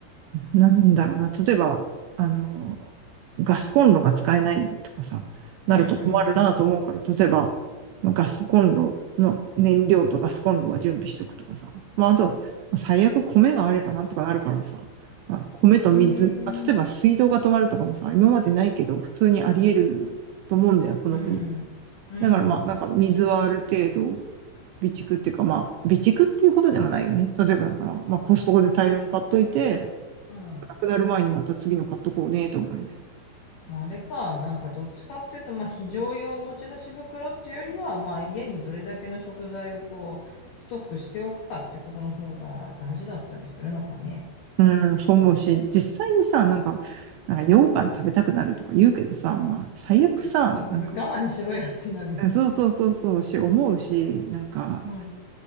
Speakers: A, on the right (about 85°); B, on the left (about 75°).
A: なんだろうな。例えば、あの、ガスコンロが使えないとかさ、なると困るなと思うから、
B: うん、うん、
A: 例えば、ガスコンロの燃料とガスコンロは準備しとくとかさ。まあ、あと、最悪米があればなんとかなるからさ。まあ、米と水。
B: うー
A: まあ、例えば水道が止まるとかもさ、
B: ん、
A: 今までないけど、普通にあり得ると思うんだよ、この国。
B: うん、うん、
A: だからまあ、なんか水はある程度、備蓄っていうかまあ、備蓄っていうほどでもないよね。例えばだから、まあコストコで大量に買っといて、
B: うん。
A: なくなる前にまた次の買っとこうね、と思うよね。
B: まあ、あれか、なんかどっちかっていうと、まあ、非常用持ち出し袋っていうよりは、まあ、家にどれだけの食材をこう、ストックしておくかってことの方が大事だったりするのかね。
A: うん、そう思うし、実際にさ、なんか、なんか羊羹食べたくなるとか言うけどさ、まあ、最悪さ、
B: そう、
A: なんか、
B: 我慢しろやってなるよね。
A: そうそうそうそうし、思うし、なんか、
B: うん、